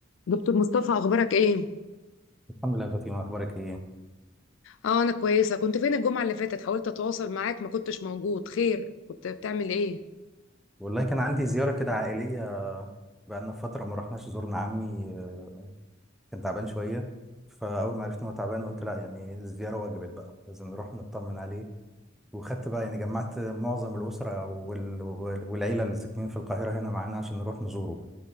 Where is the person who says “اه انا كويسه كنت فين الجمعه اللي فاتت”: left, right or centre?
Left